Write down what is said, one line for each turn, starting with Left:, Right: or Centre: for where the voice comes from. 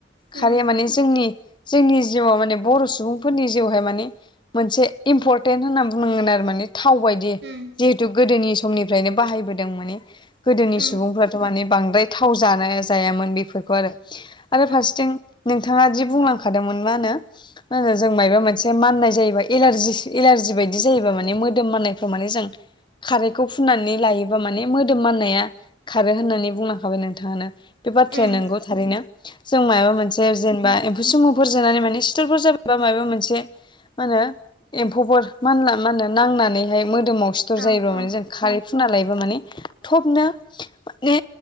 Right: उम
Left: खारैया माने जोंनि जोंनि जिउआव माने बर' सुबुंफोरनि जिउहाय माने मोनसे इम्परटेन्ट होननानै बुंनांगोन आरो माने थाव बायदि
Right: उम
Left: जिहेतु गोदोनि समनिफ्रायनो बाहायबोदों माने गोदोनि
Right: उम
Left: सुबुंफ्राथ' माने बांद्राय थाव जानो जायामोन बेफोरखौ आरो आरो
Right: उम
Left: फारसेथिं नोंथाङा जि बुंलांखादोंमोन मा होनो मा होनो जों मायबा मोनसे माननाय जायोबाल एलारजि एलारजि बायदि बिदि जायोबा माने मोदोम मनायफ्राव माने जों खारैखौ फुननानै लायोबा माने मोदोम माननाया खारो होननानै बुंलांखाबाय नोंथाङानो बे बाथ्राया
Right: उम
Left: नंगौ थारैनो। जों माबा मोनसे जेनेबा एम्फौ सुमुफोर जोनानै माने सिथरफोर जाबायबा माबा मोनसे मा होनो एम्फौफोर मानला माहोनो नांनानैहाय मोदोमाव सिथर
Right: औ
Left: जायोब्ला माने
Right: औ
Left: जों खारै फुनना लायोबा माने थबनो माने